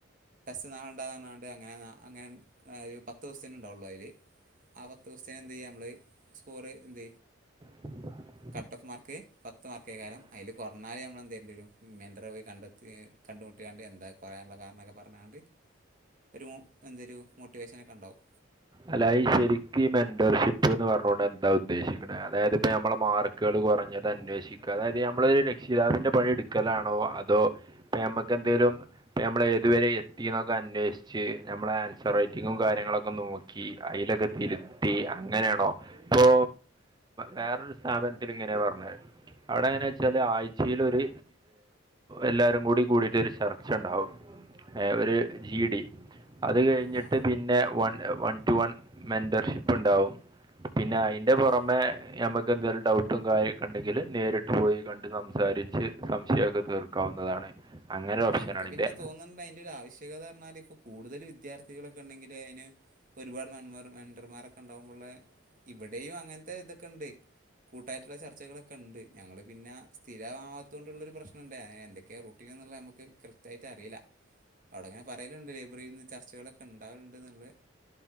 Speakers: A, on the right; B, on the right.
A: ടെസ്റ്റ് നാളണ്ടാന്നറണ്ട് അങ്ങനെ ഒരു പത്ത് പത്ത് കൊസ്റ്റിയൻ ഉണ്ടാവുള്ളൂ അയിൽ ആ പത്ത് കൊസ്റ്റിയൻ എന്തയ്യ നമ്മൾ സ്കോറ് എന്ത
B: <inaudible>
A: കട്ട് ഓഫ് മാർക്ക് പത്ത് മാർക്ക് കേയ്ക്കാരം അതിൽ കുറഞ്ഞാൽ നമ്മലെന്ത്ചെയ്യേണ്ടരും മെന്ററെ പോയി കണ്ടെത്തി കണ്ടുമുട്ടിയാണ്ട് എന്താ കുറയാനുള്ള കാരണം ന്നൊക്കെ പറഞ്ഞാണ്ട് ഒരു എന്തൊരു മോട്ടിവേഷനൊക്കെണ്ടാവും
B: അല്ലാ ശരിക്കും ഈ മെന്റർഷിപ്പ് എന്നത് പറഞ്ഞത്കൊണ്ട് എന്താ ഉദ്ദേശിക്കുന്നത് അതായത് ഇപ്പം നമ്മളെ മാർക്ക് ക്കുകൾ കുറഞ്ഞത് അന്വേഷിക്കുക അതായത് നമ്മള് ഒരു രക്ഷിതാവിന്റെ പണിയെടുക്കലാണോ അതോ പ്പ ഞമക്ക് എന്തേലും ഇപ്പം നമ്മള് ഏതുവരെ എത്തിന്നൊക്കെ അന്വേഷിച്ച് നമ്മള് ആൻസർ റൈറ്റിങ്ങും കാര്യങ്ങളൊക്കെ നോക്കി ക്കി അയിലൊക്കെ തിരുത്തി അങ്ങനെയാണോ? ഇപ്പൊ വേറൊരു സ്ഥാപനത്തിലിങ്ങനെയാ പറഞ്ഞത് അവിടെ എങ്ങനാച്ചാല് ആഴ്ചൽ ഒരു എല്ലാരും കൂടി കൂടിട്ടരു ചർച്ചണ്ടാവും ഒരു ജി ഡി അത് കഴിഞ്ഞിട്ട്
A: ആ
B: പിന്നെ one one to one mentorship ഉണ്ടാവും പിന്നെ അയിന്റെ പുറമെ
A: ആ
B: ഞമ്മക്ക് എന്തേലും ഡൗട്ട് ട്ടും കാര്യക്കണ്ടെങ്കിൽ നേരിട്ട് പോയി കണ്ട് സംസാരിച്ച് സംശയാക്കെ തീർക്കാവുന്നതാണ്. അങ്ങനെ ഓപ്ഷനാണ്
A: ആഹ് എനിക്ക് പിന്നെ
B: ഇത്
A: തോന്നുന്നുണ്ട് അതിന്റെ ഒരു ആവശ്യകതറഞ്ഞാൽ ഇപ്പൊ കൂടുതൽ വിദ്യാർത്ഥികളൊക്കെ ണ്ടെങ്കില് അതിന് ഒരുപാട് മെൻ മെന്റർമാരൊക്കെ ഉണ്ടാകുമ്പോള്ള ഇവിടെയും അങ്ങനത്തെ ഇതൊക്കെ ഉണ്ട് കൂട്ടായിട്ടുള്ള ചർച്ചകളൊക്കെ ക്കെണ്ട് ഞങ്ങൾ പിന്നെ സ്ഥിരമാവാതൊണ്ടുള്ളരു പ്രശ്നണ്ട് എന്തൊക്കെയാണ് റുട്ടീൻ എന്നുള്ളത് നമുക്ക് കൃത്യമായിട്ട് റ്റ് അറില്ല അവിടെ അങ്ങനെ പറയലുണ്ട് ലൈബ്രറിയിൽ നിന്ന് ചർച്ചകളൊക്കെ ണ്ടാവലുണ്ട് എന്നുള്ളത്